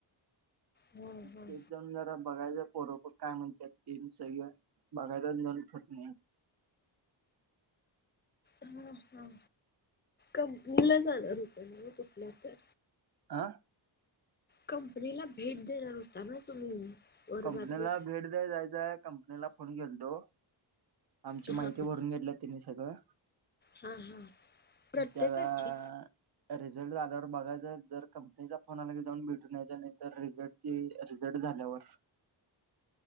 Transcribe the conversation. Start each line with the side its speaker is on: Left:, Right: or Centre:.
Left: हा हा.
Right: ते जाऊन जरा बघायचं पोरं कोण. काय म्हत्यात तेन सगळेजण बघायच आणि जावून ठरवुन यायचं.
Left: हा, हा. कंपनीला जाणार होता ना कुठल्यातर?
Right: हा...
Left: कंपनीला भेट देणार होता ना तुम्ही. वर्गातली
Right: कंपनीला भेट द्याय जायचय, कंपनीला फोन केलतो. आमची
Left: हा
Right: माहिती भरून घेतल्या त्यांनी, सगळं.
Left: हा हा प्रत्येकाची
Right: त्याला. रिझल्ट आल्यावर बघायच, जर कंपनीचा फोन आला की जाऊन भेटून यायचा, नाही तर रिझल्ट. चेंज, रिझल्ट झाल्यावर.